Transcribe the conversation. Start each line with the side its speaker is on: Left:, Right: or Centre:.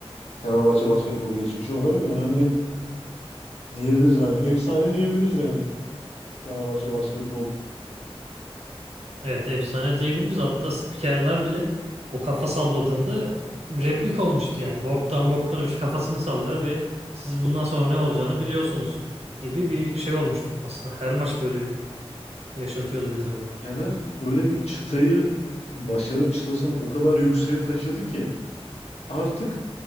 Left: Fenerbahçe basketbol geçmişi olarak önemli diyebiliriz yani efsane diyebiliriz yani Fenerbahçe basketbol
Right: Evet efsane diyebiliriz. Hatta spikerler bile o kafa salladığında replik olmuştu yani. Bogdan Bogdanovic kafasını sallar ve siz bundan sonra ne olacağını biliyorsunuz gibi bir şey olmuştu. Aslında her maç böyle yaşatıyordu bize bunu.
Left: Fener öyle bir çıtayı başarı çıtasını o kadar yükseğe taşıdı ki artık